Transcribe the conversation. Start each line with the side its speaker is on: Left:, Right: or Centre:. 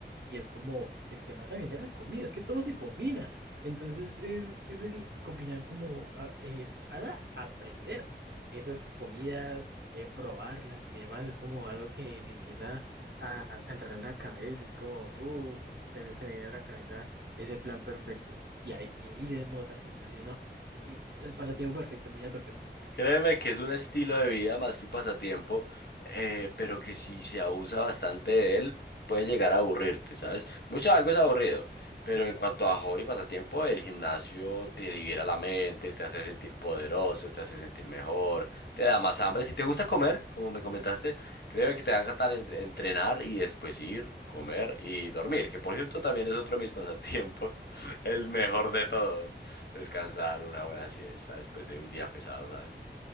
Right: Y es como el tema también de la comida, es que todo se combina. Entonces es, es el combinar como a- eh, a- aprender esas comidas, eh, probarlas y demás. Es como algo que me empieza a, a- a entrar en la cabeza. Es como, uh, se me, se me viene a la cabeza ese plan perfecto. Y ahí y ir en moto al gimnasio, no. eh, eh, El pasatiempo perfecto, mi día perfecto.
Left: Créeme que es un estilo de vida más que un pasatiempo, eh, pero que si se abusa bastante de él, puede llegar a aburrirte, ¿sabes? Mucho algo es aburrido, pero en cuanto a hobby y pasatiempo, el gimnasio te libera la mente, te hace sentir poderoso, te hace sentir mejor, te da más hambre. Si te gusta comer, como me comentaste, créeme que te va a encantar en- entrenar y después ir, comer y dormir, que por cierto también es otro de mis pasatiempos, <laughs> el mejor de todos. Descansar una buena siesta después de un día pesado, ¿sabes?